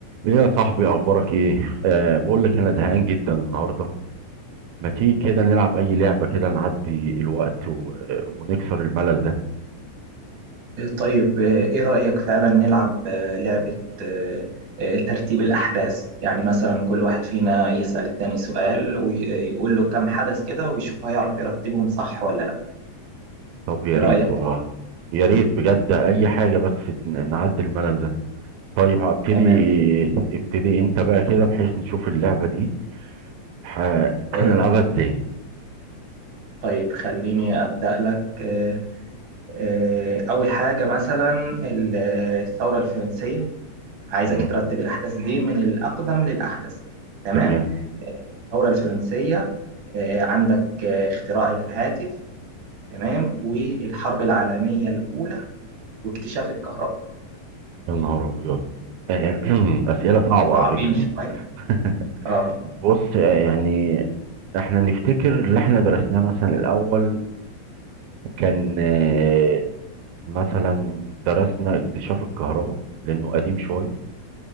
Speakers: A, on the right; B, on the right.
A: ايه يا صاحبي اخبارك ايه آه بقول لك انا زهقان جدا النهارده ما تيجي كده نلعب اي لعبه كده نعدي الوقت و... ونكسر الملل ده
B: طيب إيه رأيك فعلا نلعب آه، لعبة آه، آه، ترتيب الأحداث يعني مثلا كل واحد فينا يسأل التاني سؤال ويقول له كم حدث كده ويشوف هيعرف يرتبهم صح ولا لا
A: طب يا
B: إيه
A: ريت
B: رأيك؟
A: والله يا ريت بجد اي حاجه بس ن- نعدي الملل ده طيب هبتدي
B: تمام
A: ابتدي انت بقى كده بحيث نشوف اللعبه دي ح... هنلعبها
B: آه،
A: ازاي
B: طيب خليني أبدأ لك آه، آه، أول حاجة مثلا الثورة الفرنسية عايزك
A: مم،
B: ترتب الأحداث دي من الأقدم للأحدث تمام
A: تمام
B: آه، الثورة الفرنسية آه، عندك آه، اختراع الهاتف تمام والحرب العالمية الأولى واكتشاف الكهرباء
A: يا نهار ابيض آه، <clears throat> اسئله صعبه
B: تعظيم
A: على فكره
B: شوية
A: دي. <laughs>
B: اه
A: بص آه، يعني احنا نفتكر اللي احنا درسناه مثلا الاول كان آه، مثلا درسنا اكتشاف الكهرباء لانه قديم شويه